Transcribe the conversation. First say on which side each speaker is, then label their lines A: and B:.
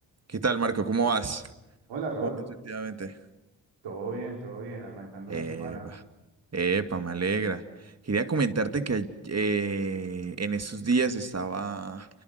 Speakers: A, on the right (about 35°); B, on the right (about 85°).
A: ¿Qué tal, Marco? ¿Cómo vas?
B: Hola Raúl,
A: ¿Cómo vas últimamente?
B: todo bien, todo bien, arrancando
A: Epa,
B: la semana.
A: epa, me alegra. Quería comentarte que ay- eh, en esos días estaba